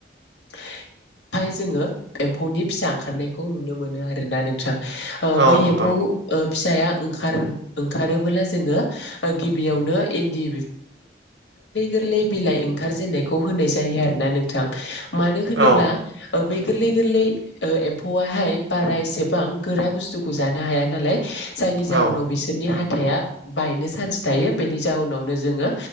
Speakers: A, on the left (about 80°); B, on the right (about 75°).
A: ओमफाय जोङो एम्फौनि फिसा ओंखारनायखौ नुनो मोनो आरोना नोंथां। ओ
B: औ
A: बै
B: नंगौ
A: एम्फौ ओ फिसाया ओंखारो ओंखारबोला जोङो ओ गिबियावनो इन्दि गोरलै बिलाइ ओंखार जेनायखौ होनाय जायो आरोना नोंथां मानो होनोब्ला
B: औ
A: ओ बै गोरलै गोरलै ओ एम्फौआहाय बारा एसेबां गोरा बुस्थुखौ जानो हाया नालाय जायनि जाउनाव
B: औ
A: बिसोरनि हा थाइआ बायनो चान्स थायो बेनि जउनावनो जोङो